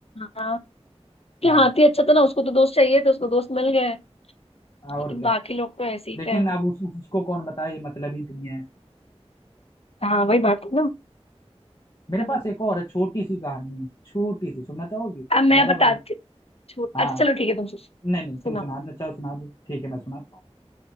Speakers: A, on the left (about 65°); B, on the left (about 45°).
A: हाँ कि
B: हाँ
A: हाथी अच्छा था ना उसको तो दोस्त चाहिए थे उसको दोस्त मिल गए
B: और
A: लेकिन
B: क्या
A: बाकी लोग तो ऐसे ही
B: लेकिन
A: थे
B: अब उस, उसको कौन बताए ये मतलबी दुनिया है
A: हाँ वही बात है ना
B: मेरे
A: चलो
B: पास एक और है छोटी सी कहानी है छोटी सी सुनना चाहोगी
A: अब मैं
B: ज्यादा
A: बताती
B: बड़ी नहीं।
A: हूँ छोड़-
B: हाँ
A: अच्छा चलो ठीक है तुम सुनाओ
B: नहीं नहीं तुम सुना दो अच्छा सुना दो ठीक है मैं सुनाता हूँ